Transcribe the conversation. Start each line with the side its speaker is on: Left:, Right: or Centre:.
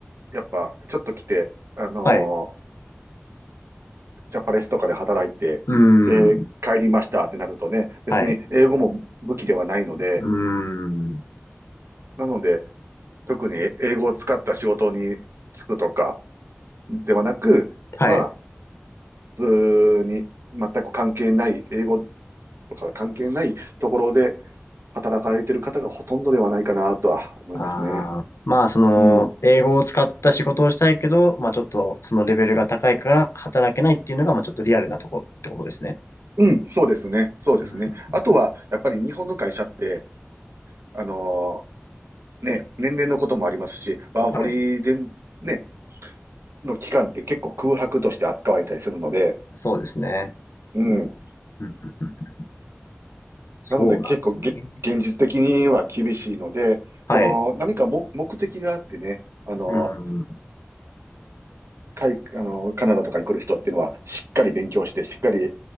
Right: やっぱ、ちょっと来て、あのー
Left: はい。
Right: ジャパレスとかで働いて、
Left: うーん。
Right: で、帰りましたってなるとね、別に英語も武器ではないので、
Left: はい。うーん。
Right: なので、特に英語を使った仕事に就くとかではなく、
Left: はい。
Right: まあ、普通に全く関係ない、英語とか関係ないところで働かれている方がほとんどではないかなとは思いますね。
Left: ああ、まあ、その、
Right: うん。
Left: 英語を使った仕事をしたいけど、まあ、ちょっと、そのレベルが高いから働けないっていうのが、まあ、ちょっとリアルなとこってことですね。
Right: うん、そうですね。そうですね。
Left: うん。
Right: あとは、やっぱり日本の会社って、あのーね、年齢のこともありますし、ワーホリで、
Left: はい。
Right: ね、の期間って結構空白として扱われたりするので、
Left: そうですね。
Right: うん。
Left: うんうんうんそうなんですね。
Right: なので結構げ、現実的には厳しいので、
Left: はい。
Right: その何か目、目的があってね、あの、
Left: うん。
Right: かい、あの、カナダとかに来る人っていうのはしっかり勉強して、しっかり